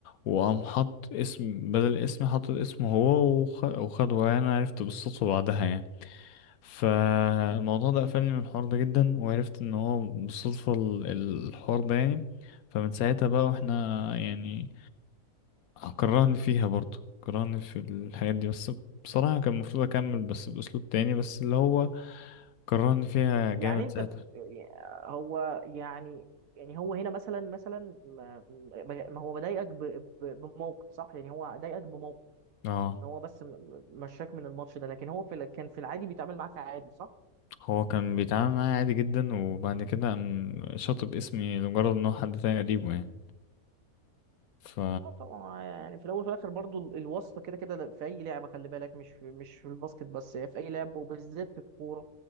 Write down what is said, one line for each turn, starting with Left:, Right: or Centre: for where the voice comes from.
Left: وقام حط اسم بدل اسمي حط اسمه هو وخ- وخده يعني أنا عرفت بالصدفة بعدها يعني فالموضوع ده قفلني من الحوار ده جدا وعرفت ان هو بالصدفة ال- الحوار ده يعني فمن ساعتها بقى واحنا يعني كرهني فيها برضه كرهني في الحاجات دي بس بصراحة كان المفروض اكمل بس باسلوب تاني بس اللي هو كرهني فيها جامد
Right: يعني انت
Left: ساعتها
Right: بت- هو يعني يعني هو هنا مثلا مثلا ما, ما هو بضايقك ب- ب- بموقف صح يعني هو ضايقك بموقف
Left: اه
Right: هو بس م- مشاك من الماتش ده لكن هو في ال- كان في العادي بيتعامل معاك عادي صح
Left: هو كان بيتعامل معايا عادي جدا وبعد كده قام شاطب اسمي لمجرد ان هو حد تاني قريبه يعني ف
Right: اه طبعا آه يعني في الاول وفي الاخر برضو ال- الواسطه كده كده في اي لعبه خلي بالك مش في مش في الباسكت بس هي في اي لعبه وبالذات في الكوره